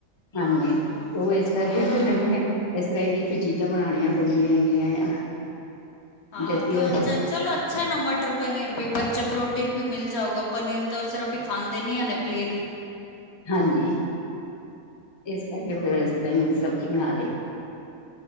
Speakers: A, on the left; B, on the left.
A: ਹਾਂਜੀ,
B: ਹਾਂ
A: ਉਹ ਇਸ ਫਿਰ ਮੈਂ, ਇਸ ਤਰ੍ਹਾਂ ਦੀ ਫਿਰ ਚੀਜ਼ਾਂ ਬਣਾਣੀਆਂ ਪੈਂਦੀਆਂ ਹੈਗੀਆਂ ਆ।
B: ਹਾਂ,
A: ਜਦਕਿ
B: ਤ, ਚ ਚਲੋ ਅੱਛਾ ਹੈ ਨਾ ਮਟਰ-ਪਨੀਰ ਵੀ, ਬੱਚਾ ਪ੍ਰੋਟੀਨ ਵੀ ਮਿਲ ਜਾਊਗਾ, ਪਨੀਰ ਤਾਂ ਉਸ ਤਰ੍ਹਾਂ ਵੀ ਖਾਂਦੇ ਨੀ ਹੈ ਨਾ ਪਲੇਨ।
A: ਹਾਂਜੀ, ਇਸ ਕਰਕੇ ਫਿਰ, ਇਸ ਤਰ੍ਹਾਂ ਹੀ ਸਬਜ਼ੀ ਬਣਾ ਲਈ ਦੀ।